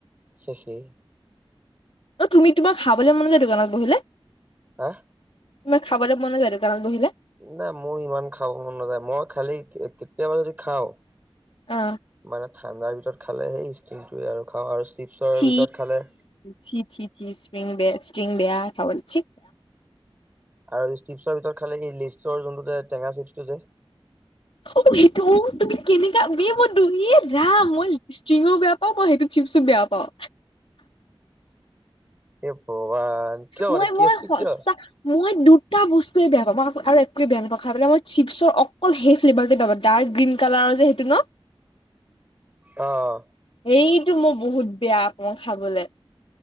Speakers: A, on the right; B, on the left.
A: শেষেই
B: অ তুমি তোমাৰ খাবলৈ মন যায় দোকানত বহিলে?
A: হাঁ
B: তোমাৰ খাবলে মন নেযায় দোকানত বহিলে?
A: নাই মোৰ ইমান খাব মন নাযায়, মই খালি কেতিয়াবা যদি খাওঁ।
B: অ
A: মানে ঠাণ্ডাৰ ভিতৰত খালে সেই ষ্টিংটোৱে আৰু খাওঁ, আৰু চিপছৰ
B: চি
A: ভিতৰত খালে
B: চি চি চি স্প্ৰিং বে ষ্টিং বেয়া খাবলে চি
A: আৰু এই চিপছৰ ভিতৰত খালে এই লেইছৰ যোনটো টেঙা চিপছটো যে
B: অ সেইটো অ তুমি কেনেকা বে মই দৌৰিয়ে ৰাম মই ষ্টিংও বেয়া পাওঁ। অ মই সেইটো চিপচো বেয়া পাওঁ।
A: এ ভগৱান কিয়
B: মই
A: মানে কেছটো
B: মই সঁচা
A: কিয়?
B: মই দুটা বস্তুৱে বেয়া পাওঁ মই আৰু একোৱে বেয়া নাপাওঁ খাই পেলাই মই চিপছৰ অকল সেই ফ্লেভাৰ টোৱে বেয়া পাওঁ। ডাৰ্ক গ্ৰীণ কালাৰৰ যে সেইটো ন।
A: অঁ
B: সেইতো মই বহুত বেয়া পাওঁ খাবলে।